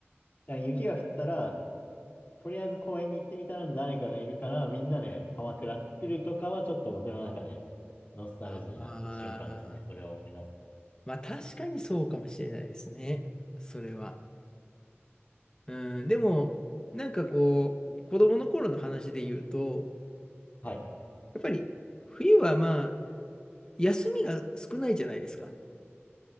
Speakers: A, on the left (about 45°); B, on the left (about 20°).
A: だから雪が降ったら、とりあえず公園に行ってみたら誰かがいるから、みんなで鎌倉作るとかはちょっと僕の中でノスタルジーな瞬間ですね。
B: ああ、
A: それを思い出すと。
B: まあ確かにそうかもしれないですね。それは。うん、でも、なんかこう、子供の頃の話で言うと、
A: はい。
B: やっぱり冬はまあ、休みが少ないじゃないですか。